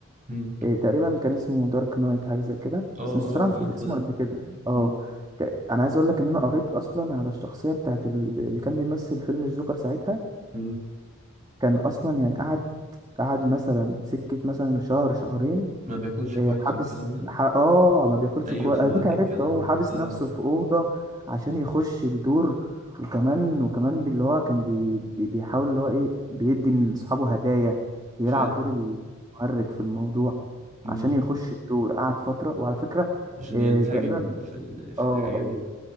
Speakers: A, on the right; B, on the right.
A: مم.
B: إيه تقريبا كان اسمه دارك نايت حاجه زي كده
A: اه
B: بس مش صراحه
A: اه
B: مش فاكر
A: عارفه
B: اسمه
A: ده
B: قد كده اه
A: مم.
B: ك- انا عايز اقول لك ان انا قريت اصلا على الشخصيه بتاعت ال- اللي كان بيمثل فيلم الجوكر ساعتها
A: مم.
B: كان اصلا يعني قعد قعد مثلا سكه مثلا شهر شهرين
A: ما بياكلش كويس
B: إيه، حابس
A: والكلام ده
B: ح... اه ما بياكلش
A: ايوه
B: كويس
A: سمعت
B: اديك عرفت
A: الكلام
B: اهو
A: ده
B: حابس
A: اه
B: نفسه في اوضه عشان يخش الدور وكمان وكمان باللي هو كان بي... بي... بيحاول اللي هو ايه بيدي
A: مم.
B: لاصحابه هدايا بيلعب
A: فاهم
B: دور المؤرج في الموضوع
A: مم.
B: عشان يخش الدور قعد فتره وعلى فكره
A: عشان
B: إيه
A: ينسجم
B: تقريبا
A: في ال... في
B: اه
A: الحاجه
B: آه،
A: دي